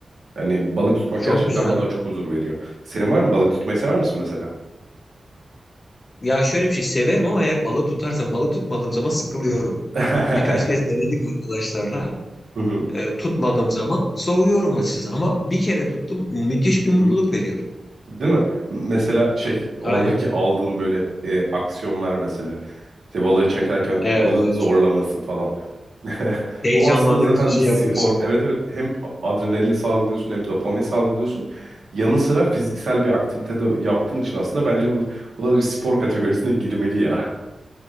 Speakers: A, on the right; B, on the left.
A: Hani balık tutmak
B: çok
A: gerçekten
B: güzel.
A: bana çok huzur veriyor. Senin var mı balık tutmayı sever misin mesela?
B: Ya şöyle bir şey severim ama eğer balık tutarsam balık tutmadığım zaman sıkılıyorum.
A: <laughs>
B: Birkaç kez denedik arkadaşlarla.
A: Hı hı.
B: E, tutmadığım zaman soğuyorum açıkçası ama bir kere tuttum müthiş bir mutluluk
A: hı
B: veriyor.
A: Değil mi? M- Mesela şey oradaki
B: Aynen.
A: aldığın böyle e, aksiyonlar mesela işte balığı çekerken
B: Evet
A: balığın
B: evet.
A: zorlaması falan. <laughs>
B: Heyecanlanıyoruz
A: O aslında zaten
B: da şey
A: bir spor.
B: yapıyorsun.
A: Evet evet hem adrenalin salgılıyorsun hem dopamin salgılıyorsun. Yanı sıra fiziksel bir aktivite de yaptığın için aslında bence bu, bu da bir spor kategorisine girmeli ya.